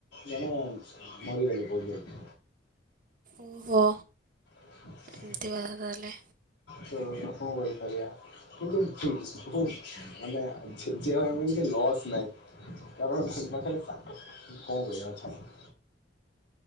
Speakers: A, on the left (about 65°); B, on the right (about 50°).
A: ଜଣେ ମରିିଗଲେ ବହୁତ ଜଲ୍ଦୀ।
B: ଓହୋ।
A: <inaudible>
B: ଏମିତି କଥା ତାହାଲେ।
A: ତ କଣ କରିପାରିବା କିନ୍ତୁ ଠିକ ହୁଁ ମାନେ ଛେଚି ହେବାପାଇଁ ଟିକେ ଲସ୍ ନାହିଁ। କାରଣ ପାଖରେ କଣ କରିବା ଛାଡ।